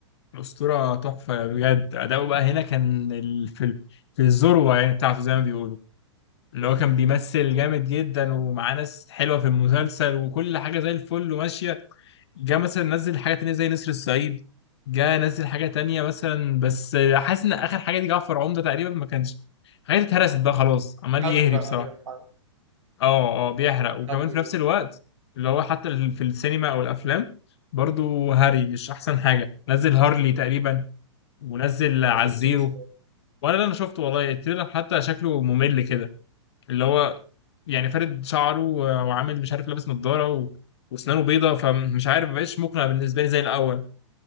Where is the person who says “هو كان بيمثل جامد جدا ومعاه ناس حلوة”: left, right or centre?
Left